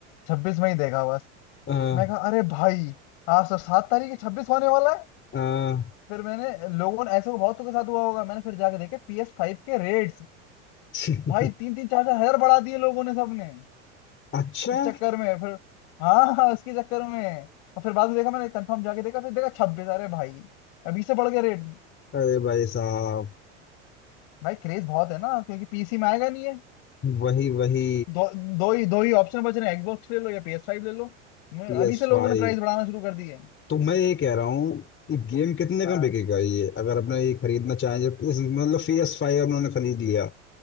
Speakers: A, on the left; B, on the left.
A: छब्बीस मई देखा बस
B: हाँ
A: मैं कहा अरे भाई आज तो सात तारीख है छब्बीस होने वाला है
B: हाँ
A: फिर मैंने लोगों ने ऐसे बहुत के साथ हुआ होगा मैंने फिर जाके देखे पी एस फाइव के रेट्स
B: <laughs>
A: भाई तीन तीन चार चार हजार बढ़ा दिए लोगों ने सबने
B: अच्छा
A: इस चक्कर में फिर हाँ हाँ उसके चक्कर में और फिर बाद में देखा मैंने कंफर्म जाके देखा फिर देखा छब्बीस अरे भाई अभी से बढ़ गया रेट
B: अरे भाई साहब
A: भाई क्रेज बहुत है ना क्योंकि पीसी में आएगा नहीं है
B: वही वही
A: दो दो ही दो ही ऑप्शन बच रहे हैं एक्सबॉक्स ले लो या पी एस फाइव ले लो मैं-
B: P
A: अभी
B: S
A: से लोगों
B: five
A: ने प्राइस बढ़ाना शुरू कर दिए
B: तो मैं ये कह रहा हूँ ये गेम कितने
A: हाँ
B: का बिकेगा ये अगर अपना ये खरीदना चाहें जब इस- मतलब पी एस फाइव उन्होंने खरीद लिया